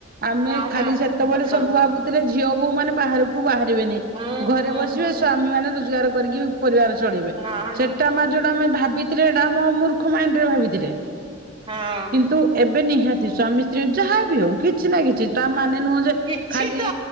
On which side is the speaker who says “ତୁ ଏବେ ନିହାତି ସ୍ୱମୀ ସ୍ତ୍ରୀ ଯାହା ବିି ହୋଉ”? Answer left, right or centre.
Right